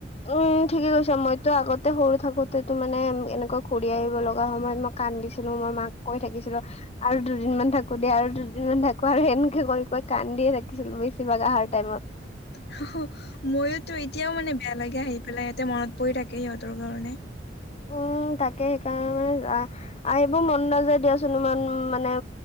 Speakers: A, on the left; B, on the left.
A: উম', ঠিকেই কৈছা মইতো আগতে সৰু থাকোতেতো মানে এনেকৈ ঘূৰি আহিব লগা সময়ত মই - কান্দিছিলো মই মাক কৈ থাকিছিলো। আৰু দুদিনমান থাকো দিয়া আৰু দুদিনমান থাকো আৰু সেনেকে কৰি কৰি কান্দিয়ে থাকিছিলো বেছিভাগ আহাৰ- টাইমত
B: হেঁ হেঁ মইয়োতো এতিয়াও মানে - বেয়া লাগে আহি পেলাই এইয়াতে মনত পৰি থাকে সিহঁতৰ ঘৰলে।
A: উম', তাকে সেইকাৰণে মানে যোৱা - আহিব মন নাযায় দিয়াচোন ইমান মানে,